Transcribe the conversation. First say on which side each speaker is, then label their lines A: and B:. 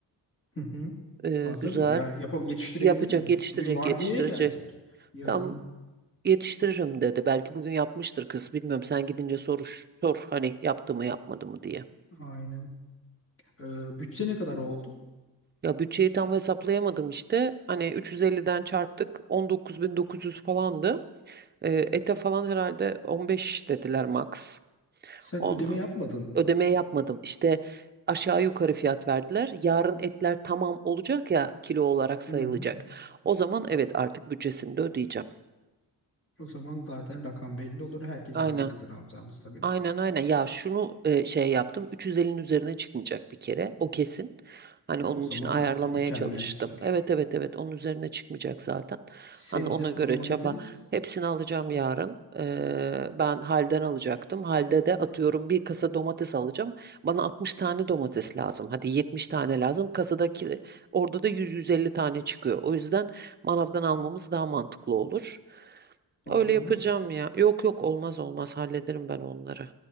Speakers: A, on the left; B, on the right.
A: <laughs>
B: E,
A: Hazır
B: güzel.
A: mı? Yani yapıp yetiştirebilir
B: Yapacak,
A: mi?
B: yetiştirecek,
A: Bugün vardiyaya
B: yetiştirecek.
A: gelecek. Yarın
B: Tam yetiştiririm dedi. Belki bugün yapmıştır kız. Bilmiyorum sen gidince soruş, sor hani yaptı mı yapmadı mı diye.
A: aynen. Ee, bütçe ne kadar oldu?
B: Ya bütçeyi tam hesaplayamadım işte. Hani 350'den çarptık. 19.900 falandı. E, ete falan herhalde 15 dediler max.
A: Sen
B: On,
A: ödeme yapmadın.
B: ödeme yapmadım. İşte aşağı yukarı fiyat verdiler. Yarın etler tamam olacak ya kilo olarak sayılacak.
A: Hı.
B: O zaman evet artık bütçesini de ödeyeceğim.
A: O zaman zaten rakam belli olur. Herkesten
B: Aynen.
A: ne kadar alacağımız da belli.
B: Aynen aynen. Ya şunu e, şey yaptım. 350'nin üzerine çıkmayacak bir kere. O kesin. Hani onun
A: O zaman
B: için ayarlamaya
A: mükemmel
B: çalıştım.
A: çünkü.
B: Evet evet evet onun üzerine çıkmayacak zaten.
A: Sebze
B: Hani ona
A: falan
B: göre
A: alabiliriz.
B: çaba. Hepsini alacağım yarın. Ee, ben halden alacaktım. Halde de atıyorum bir kasa domates alacağım. Bana 60 tane domates lazım. Hadi 70 tane lazım. Kasadaki orada da 100-150 tane çıkıyor. O yüzden manavdan almamız daha mantıklı olur.
A: Pahalı
B: Öyle
A: olmaz
B: yapacağım
A: mı?
B: ya. Yok yok olmaz olmaz hallederim ben onları.